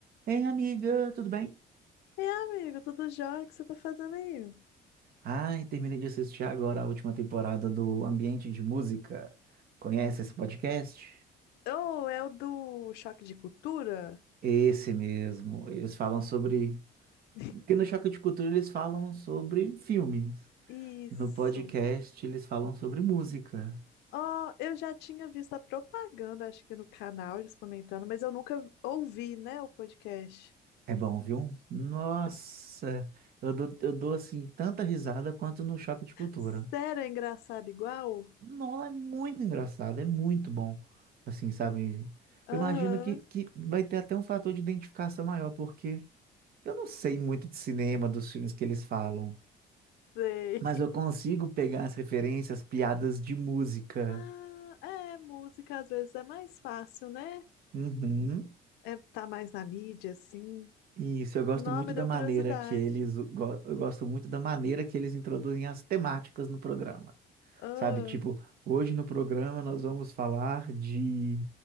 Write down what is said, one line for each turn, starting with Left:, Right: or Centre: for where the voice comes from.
Right: Ei, amiga, tudo bem?
Left: E amigo, tudo jóia? O que você tá fazendo aí?
Right: Ai, terminei de assistir agora a última temporada do Ambiente de Música. Conhece esse podcast?
Left: Oh, é o do choque de cultura?
Right: Esse mesmo. Eles falam sobre.
Left: <laughs>
Right: Porque no Choque de Cultura eles falam sobre filmes.
Left: Isso.
Right: No podcast eles falam sobre música.
Left: Oh, eu já tinha visto a propaganda, acho que no canal, eles comentando, mas eu nunca ouvi, né, o podcast.
Right: É bom, viu? Nossa,
Left: S-
Right: eu dou, eu dou assim tanta risada quanto no Choque de Cultura.
Left: Sério, é engraçado igual?
Right: Não, é muito engraçado, é muito bom. Assim, sabe?
Left: Aham,
Right: Eu imagino que, que vai ter até um fator de identificação maior, porque eu não sei muito de cinema, dos filmes que eles falam,
Left: sei.
Right: mas eu consigo pegar as referências, piadas de música.
Left: Ah, é, música às vezes é mais fácil, né?
Right: Uhum.
Left: É, tá mais na mídia, assim.
Right: Isso, eu gosto
Left: Não,
Right: muito
Left: me
Right: da
Left: deu
Right: maneira
Left: curiosidade.
Right: que eles, go- eu gosto muito da maneira que eles introduzem as temáticas no programa.
Left: Ah,
Right: Sabe, tipo, hoje no programa nós vamos falar de